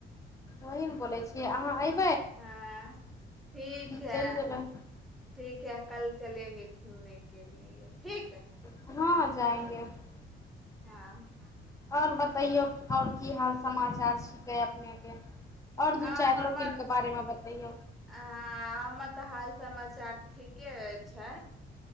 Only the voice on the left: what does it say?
वही ने बोलै छियै अहाँ एब-
चलि जेबै
<unintelligible> हाँ जाएंगे <unintelligible>
आओर बतइयौ आओर की हाल समाचार छिकै अपनेके आओर दू
चारि
लोकिन के बारेमे बतैयौ